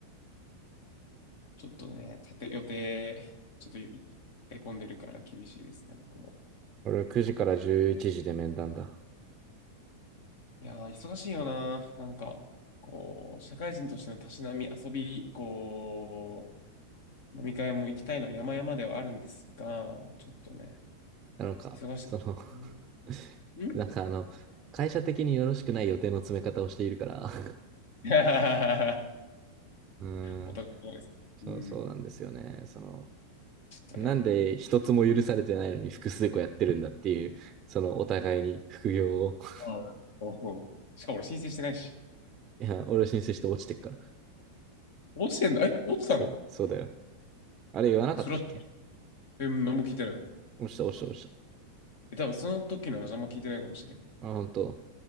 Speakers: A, on the left (about 55°); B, on the right (about 30°).
A: ちょっとね、立て、予定、ちょっと立て込んでるから厳しいですね、僕も。
B: 俺9時から11時で面談だ。
A: いやー、忙しいよな。なんか、こう、社会人としてのたしなみ、遊び、こう、飲み会も行きたいのは山々ではあるんですが、ちょっとね、
B: なんか、
A: 忙しい。
B: その
A: う
B: <laughs> <laughs>
A: ん。ん
B: なんかあの、会社的によろしくない予定の詰め方をしているから、<laughs>
A: <laughs>
B: うーん、
A: お互い様です。
B: そう、
A: うん。
B: そうなんですよね。その、
A: ちょっとね。
B: なんで一つも許されてないのに複数個やってるんだっていう、そのお互いに副業を、<laughs>
A: ああ。しかも俺申請してないし。
B: いや、俺は申請して落ちてっから。
A: 落ちてんだ。え、落ちたの
B: そうだよ、そうだよ。あれ言わなかったっけ
A: それは、え、何も聞いてない。
B: 落ちた、落ちた、落ち
A: え、多分その時の話あんま聞いてないかもしれん。
B: た。あ、本当。